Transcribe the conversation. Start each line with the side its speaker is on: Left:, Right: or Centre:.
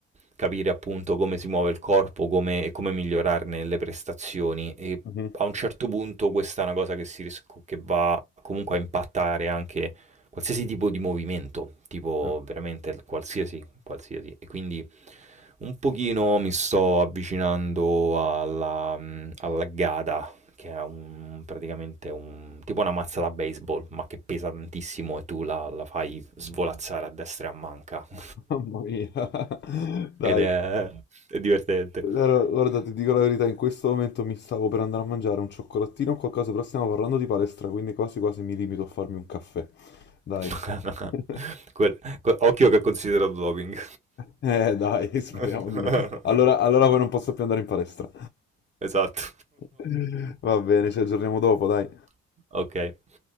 Right: capire appunto come si muove il corpo, come, e come migliorarne le prestazioni. E
Left: Mhm.
Right: a un certo punto questa è una cosa che, si ris- che va comunque a impattare anche qualsiasi tipo di movimento, tipo
Left: Eh,
Right: veramente qualsiasi, qualsiasi. E quindi un pochino mi sto avvicinando alla, alla Gada, che è un, praticamente un, tipo una mazza da baseball, ma che pesa tantissimo e tu la, la fai svolazzare a destra e a manca. <laughs>
Left: Mamma mia. <laughs> Dai.
Right: Ed è, è divertente.
Left: Allora, guarda, ti dico la verità, in questo momento mi stavo per andare a mangiare un cioccolatino o qualcosa, però stiamo parlando di palestra, quindi quasi quasi mi limito a farmi un caffè. Dai.
Right: <laughs>
Left: <laughs>
Right: Quel- que- occhio che è considerato doping.
Left: Eh, dai, speriamo
Right: <laughs>
Left: di no. Allora, allora poi non posso più andare in palestra.
Right: Esatto.
Left: <laughs> Va bene, ci aggiorniamo dopo, dai.
Right: <laughs> Ok.